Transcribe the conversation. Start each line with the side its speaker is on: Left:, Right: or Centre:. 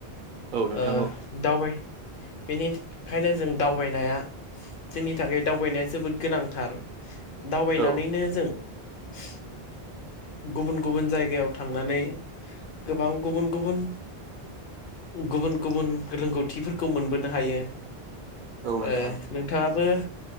Right: औ नोंथां
Left: ओ
Right: औ
Left: दावबाय बेनि खायनो जों दावबायनाया। जोंनि थाखाय दावबायनाया जोबोद गोनांथार दावबायनानैनो
Right: औ
Left: जों। <unintelligible> गुबुन-गुबुन जायगायाव थांनानै गोबां गुबुन-गुबुन गुबुन गुबुन रोंगौथिफोरखौ मोनबोनो हायो।
Right: औ नोंथां
Left: ओ नोंथाङाबो।